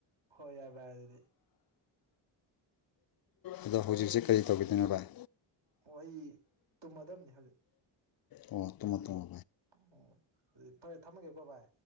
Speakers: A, on the right; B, on the left.
A: ꯍꯣꯏ ꯌꯥꯏ ꯚꯔ ꯑꯗꯨꯗꯤ
B: ꯑꯗꯣ ꯍꯧꯖꯤꯛꯁꯦ ꯀꯔꯤ ꯇꯧꯈꯤꯗꯣꯏꯅꯣ ꯚꯥꯏ
A: ꯍꯣꯏ ꯑꯩ ꯇꯨꯝꯃꯗꯕꯅꯤ
B: ꯑꯣ ꯇꯃꯣ ꯇꯃꯣ
A: ꯑꯣ ꯑꯗꯨꯗꯤ ꯐꯔꯦ ꯊꯝꯃꯒꯦꯀꯣ ꯚꯥꯏ